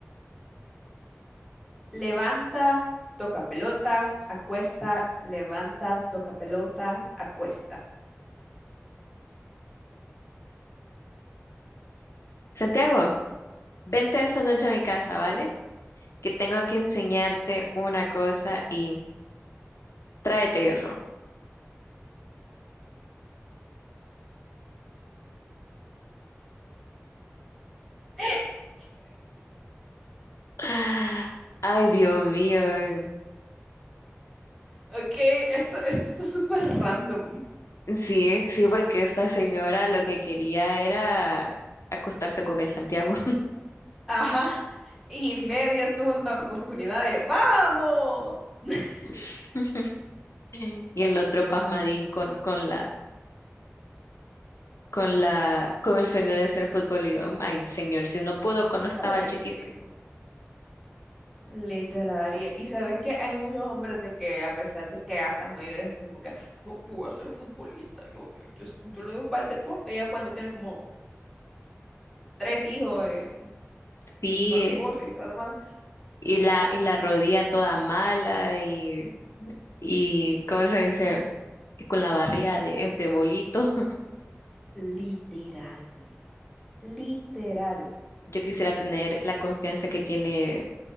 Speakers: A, in the centre; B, on the left.
A: Levanta, toca pelota, acuesta, levanta, toca pelota, acuesta.
B: Santiago, vente esta noche a mi casa, ¿vale? Que tengo que enseñarte una cosa y tráete eso.
A: <laughs>
B: <gasps> Ay, Dios mío.
A: Ok, esto, esto está súper random.
B: Sí, sí, porque esta señora lo que quería era acostarse con el Santiago
A: Ajá. Y media tuvo una oportunidad de ¡Vamos! <laughs>
B: <laughs> y el otro
A: Ay,
B: pasmadín con, con la, con la, con el sueño de ser futbolista. Ay, señor, si no pudo cuando estaba
A: pobrecito.
B: chiquito.
A: Literal, y, y sabes que hay muchos hombres de que a pesar de que ya están mayores, están como que, no, yo voy a ser futbolista, yo, yo, yo, yo lo doy para el deporte, ya cuando tiene como tres hijos, eh, y
B: Sí,
A: dos divorcios y toda la madre.
B: y la, y la rodilla toda mala y, y ¿cómo se dice? Y con la barriga de, de bolitos.
A: Literal, literal.
B: <laughs> Yo quisiera tener la confianza que tiene,